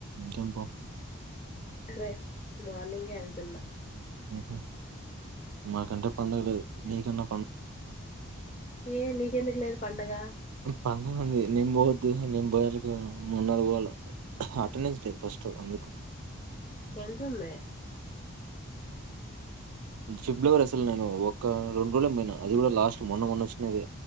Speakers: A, on the right (about 80°); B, on the left (about 30°).
A: చెంప్పు
B: రేపు మార్నింగే వెళ్తున్నా
A: హుమ్ మాకంటే పండుగ లేదు మీకన్నా
B: ఏ నీకెందుకు లేదు పండగ
A: పండగుంది నిం పోద్దు నిం పోయర్కి మున్నర పోోళ అటెండెన్స్ డే ఫస్ట్ అందు
B: ఎంతుంది
A: ఫిబ్రవరి అసలు నేను ఒక రెండు రోజులు ఏం పోయిన అది కూడా లాస్ట్ మొన్న మొన్న వచ్చినది